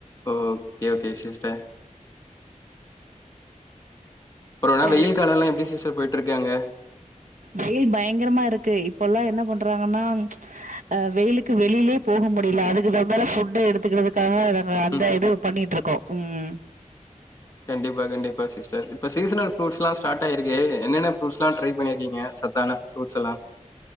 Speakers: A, on the left; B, on the right.
A: ஓ ஓக்கே ஓகே சிஸ்டர் அப்புறம்
B: <unintelligible>
A: ஆனா வெயில் காலம்லாம் எப்டி சிஸ்டர் போயிட்டுருக்கு அங்க?
B: வெயில் பயங்கரமா இருக்கு இப்ப எல்லாம் என்ன பண்றாங்கன்னா அ வெயிலுக்கு வெளிலே போக முடியல அதுக்கு வந்தால ஃபுட்ட எடுத்துக்கிறதுக்காக நாங்க அந்த
A: ம்.
B: இதுவு பண்ணியிட்ருக்கோ ம் ம்
A: கண்டிப்பா கண்டிப்பா சிஸ்டர் இப்ப சீசனல் ஃப்ரூட்ஸ்லா ஸ்டாட் ட்டா இருக்கு என்னென்ன ஃப்ரூட்ஸ்ல்லா ட்ரை பண்ணிருக்கீங்க சத்தான ஃப்ரூட்ஸ்லா